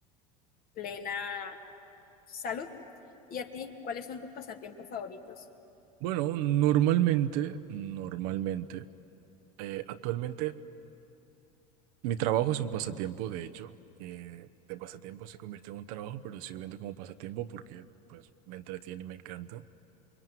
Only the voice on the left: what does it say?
plena Salud. ¿Y a ti? ¿Cuáles son tus pasatiempos favoritos?